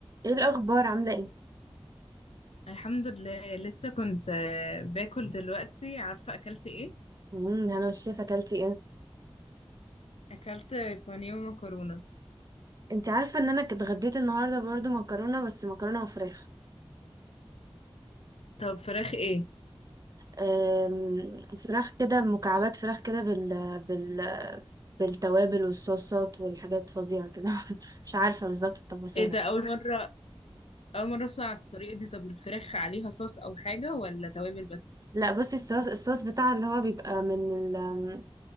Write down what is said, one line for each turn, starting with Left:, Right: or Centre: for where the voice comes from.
Right: ايه الاخبار عامله ايه
Left: الحمد لله لسه كنت آه، باكل دلوقتي عارفة أكلت إيه؟
Right: امم انا والشيف اكلتي ايه
Left: أكلت بانيه ومكرونة
Right: انت عارفه ان انا كنت اتغديت النهارده برضو مكرونه بس مكرونه وفراخ
Left: طب فراخ إيه؟
Right: أم، فراخ كده مكعبات فراخ كده بال بال بالتوابل والصوصات والحاجات فظيعه كده <laughs> مش عارفه بالظبط التفاصيل
Left: إيه ده أول مرة أول مرة أسمع الطريقة دي طب الفراخ عليها صوص أو حاجة ولا توابل بس؟
Right: لا بصي الصوص الصوص بتاع اللي هو بيبقى من ال... أم،